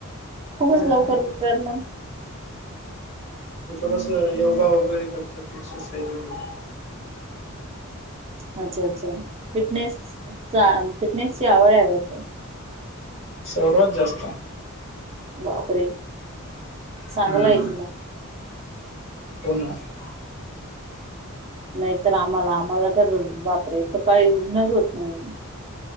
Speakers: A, on the right (about 30°); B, on the left (about 30°).
A: खूपच
B: हो
A: लवकर
B: म्हणजे
A: उठतात मग.
B: थोडस योगा वगैरे करतात एक्सरसाइज वगैरे.
A: अच्छा अच्छा फिटनेस चा फिटनेस ची आवड आहे वाटतं.
B: सर्वात जास्त.
A: बापरे
B: हम्म
A: चांगलाय की मग.
B: <unintelligible>
A: नाहीतर आम्हाला आम्हाला तर बापरे सकाळी उठनच होत नाही.